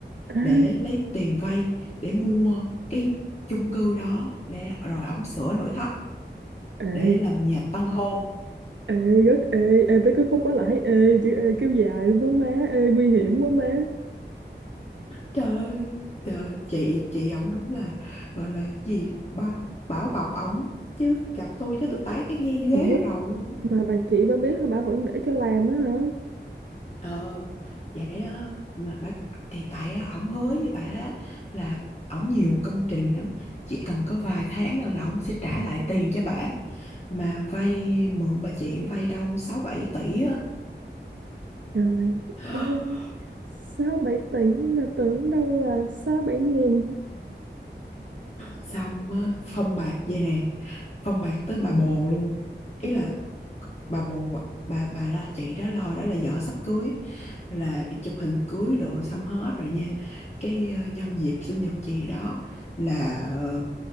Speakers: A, on the right (about 80°); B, on the left (about 35°).
A: ê,
B: để lấy tiền vay để mua cái chung cư đó để rồi ổng sửa nội thất
A: ê
B: để làm nhà tân hôn
A: ê rất ê ê tới cái khúc đó là thấy ê chữ ê kéo dài luôn đó má ê nguy hiểm quá má
B: trời ơi trời ơi, chị chị ổng đúng là gọi là gì bao bảo bọc ổng chứ gặp tôi chứ tôi tán cái dây ghế
A: ủa
B: vô đầu luôn á.
A: mà bà chị bà biết hả bà vẫn để cho làm á hả
B: ờ vậy á, mà bác thì tại á, ổng hứa với bà á là ổng nhiều công trình lắm chỉ cần có vài tháng thôi là ổng sẽ trả lại tiền cho bà mà vay mượn bà chị vay đâu sáu bảy tỷ á
A: trời
B: <gasps>
A: ơi sáu bảy tỷ mà tưởng đâu là sáu bảy ngàn
B: xong á, phong bạc vậy nè phong bạc tới bà bồ luôn ý là bà bồ bà bà đó chị đó lo đó là vợ sắp cưới là đi chụp hình cưới đồ xong hết rồi nha cái ờ, nhân dịp sinh nhật chị đó là ờ,